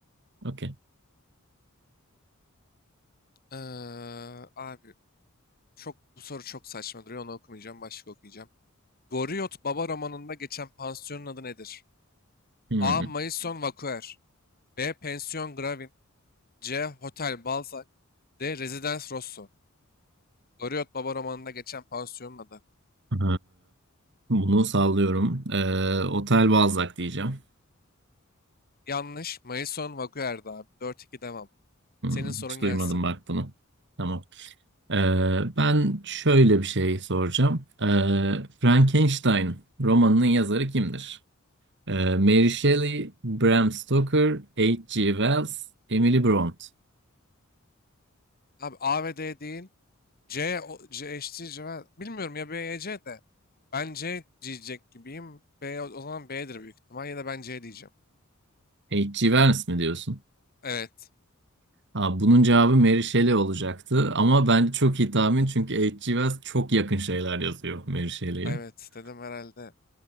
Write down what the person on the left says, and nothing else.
Ee, abi çok bu soru çok saçma duruyor. Onu okumayacağım. Başka okuyacağım. Goriot Baba romanında geçen pansiyonun adı nedir?
A. Maison Vaquer B. Pension Gravin C. Hotel Balzac D. Residence Rosso Goriot Baba romanında geçen pansiyonun adı.
Yanlış. Maison Vaquer'di abi. 4-2 devam.
Senin sorun
gelsin.
Abi A ve D değil. C, o, C, eşittir cevap. Bilmiyorum ya B, ya C de. Ben C diyecek gibiyim. B, o o zaman B'dir büyük ihtimal. Ya da ben C diyeceğim.
Evet.
Evet
dedim herhalde.